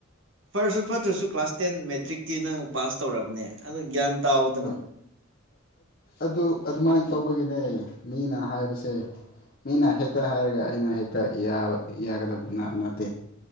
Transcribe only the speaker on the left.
ꯍꯣꯏ ꯑꯗꯨ ꯑꯗꯨꯃꯥꯏꯅ ꯇꯧꯕꯒꯤꯅꯦ ꯃꯤꯅ ꯍꯥꯏꯁ ꯁꯦ ꯃꯤꯅ ꯍꯦꯛꯇ ꯍꯥꯏꯔꯒ ꯑꯩꯅ ꯍꯦꯛꯇꯕ ꯌꯥꯒꯗꯕ ꯅꯠꯇꯦ